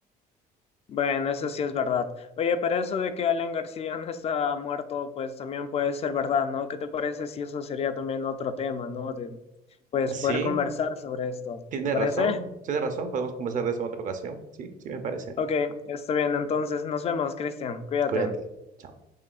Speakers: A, on the left (about 35°); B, on the right (about 50°).
A: Bueno, eso sí es verdad. Oye, pero eso de que Alan García no está muerto, pues también puede ser verdad, ¿no? ¿Qué te parece si eso sería también otro tema, ¿no? De, pues
B: Sí,
A: poder conversar sobre esto.
B: tiene
A: ¿Te parece?
B: razón, tiene razón. Podemos conversar de eso en otra ocasión. Sí, sí me parece.
A: Ok, está bien. Entonces nos vemos, Cristian. Cuídate.
B: Cuídate. Chao.